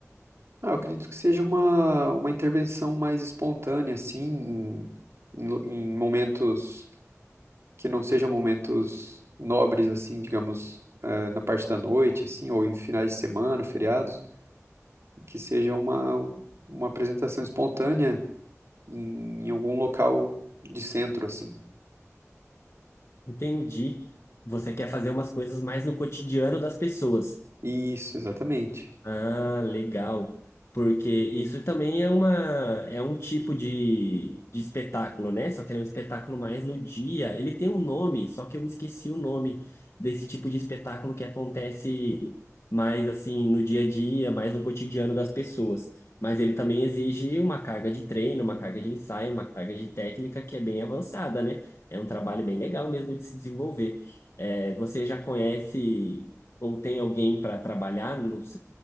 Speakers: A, on the right; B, on the left.
A: Ah, eu acredito que seja uma, uma intervenção mais espontânea, assim, em, em lu- em momentos que não sejam momentos nobres, assim, digamos, eh, na parte da noite, assim, ou em finais de semana, feriados, que seja uma, uma apresentação espontânea em algum local de centro, assim.
B: Entendi. Você quer fazer umas coisas mais no cotidiano das pessoas.
A: Isso, exatamente.
B: Ah, legal. Porque isso também é uma é um tipo de, de espetáculo, né? Só que ele é um espetáculo mais no dia. Ele tem um nome, só que eu me esqueci o nome desse tipo de espetáculo que acontece mais assim no dia a dia, mais no cotidiano das pessoas. Mas ele também exige uma carga de treino, uma carga de ensaio, uma carga de técnica que é bem avançada, né? É um trabalho bem legal mesmo de se desenvolver. Eh, você já conhece ou tem alguém para trabalhar no,